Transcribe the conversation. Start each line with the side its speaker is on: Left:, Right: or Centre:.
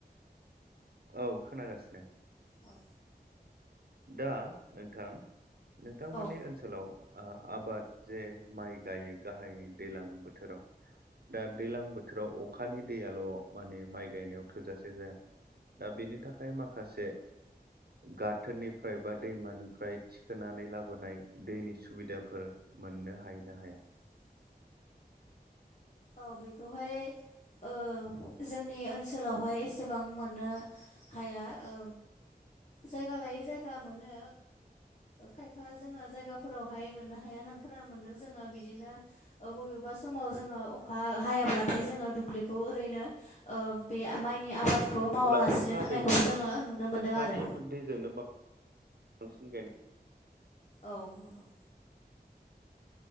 Right: औ खोनागासिनो
Left: औ
Right: दा नोंथां नोंथांमोननि
Left: औ
Right: ओनसोलाव ओ आबाद जे माइ गायो गाहाय दैज्लां बोथोराव दा दैज्लां बोथोराव अखानि दैयाल' माने माइ गायनायाव थोजासे जाया दा बेनि थाखाय माखासे गाथोननि फ्राय बा दैमानिफ्राय थिखोनानै लाबोनाय दैनि सुबिदाफोर मोननो हायो ना हाया?
Left: <inaudible> औ बेखौहाय ओ जोंनि ओनसोलावहाय एसेबां मोननो हाया ओ जायगा लायै जायगा मोनो खायफा जोङो जायगाफोरावहाय मोननो हाया होननानै खोनानो मोनदों जोङो बिदिनो बबेबा समाव जोङो अखा हायाब्लाथाय जोङो दुब्लिखौ ओरैनो ओ बे माइनि आबाद खौ मावालासिनो
Right: अब्ला अखा
Left: दोननायखौबो
Right: दैजों
Left: जोङो नुनो मोनदों
Right: अखानि
Left: आरो।
Right: दैजोंनो <unintelligible>
Left: औ नंगौ।